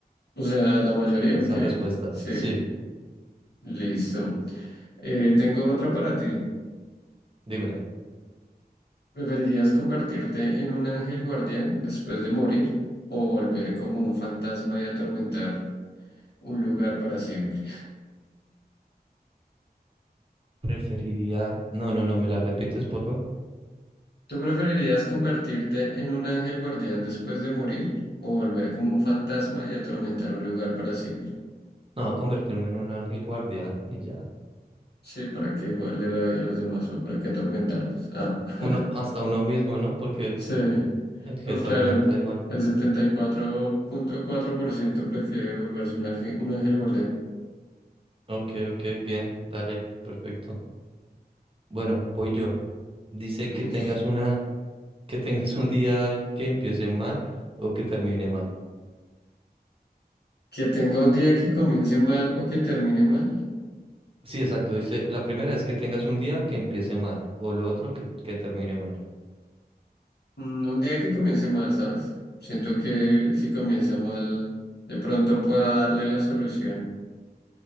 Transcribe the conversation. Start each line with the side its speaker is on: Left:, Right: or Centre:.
Left: O sea, la mayoría
Right: esa
Left: o qué?
Right: respuesta.
Left: Sí,
Right: Sí,
Left: listo. Eh, tengo otra para ti.
Right: dímela.
Left: ¿Preferirías convertirte en un ángel guardián después de morir o volver como un fantasma y atormentar un lugar para siempre?
Right: Preferiría. No, no, no, ¿me la repites, porfa?
Left: ¿Tú preferirías convertirte en un ángel guardián después de morir o volver como un fantasma y atormentar un lugar para siempre?
Right: No, convertirme en un ángel guardián y ya.
Left: Sí, ¿para qué joderle la vida a los demás o para qué atormentarlos? Ah. <laughs>
Right: Uno, hasta uno mismo, ¿no? Porque
Left: Sí,
Right: el que
Left: pues
Right: atormenta
Left: claro, el,
Right: igual.
Left: el setenta y cuatro cuatro punto cuatro por ciento prefiere volverse un ángel, un ángel guardián.
Right: Ok, ok, bien, dale, perfecto. Bueno, voy yo. Dice
Left: Listo.
Right: que tengas una, que tengas un día que empiece mal o que termine mal.
Left: Que tenga un día que comience mal o que termine mal.
Right: Sí, exacto. Dice, la primera es que tengas un día que empiece mal, o lo otro que, que termine mal.
Left: Mm, Un día que comience mal, ¿sabes? Siento que si comienza mal, de pronto pueda darle la solución.